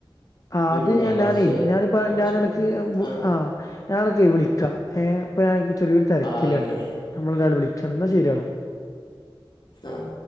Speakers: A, on the left (about 40°); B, on the left (about 60°).
A: ആഹ്
B: മുന്നേ
A: അത് ന്ന് പറഞ്ഞാല്,
B: കുറച്ച്
A: ഞാനിപ്പ
B: കുറച്ച്
A: ഞാനെടക്ക്
B: മുൻ ആ
A: ആഹ്. ഞാനെടക്ക് വിളിക്കാ ഏഹ്. ഇപ്പൊ ഞാൻ ചെറിയൊരു തെരക്കിലാണ്.
B: ആ ആയിക്കോട്ടെ
A: ഞമ്മളെ ഒരാള് വിളിച്ചണ്. എന്നാ ശരിയടാ.
B: അഹ്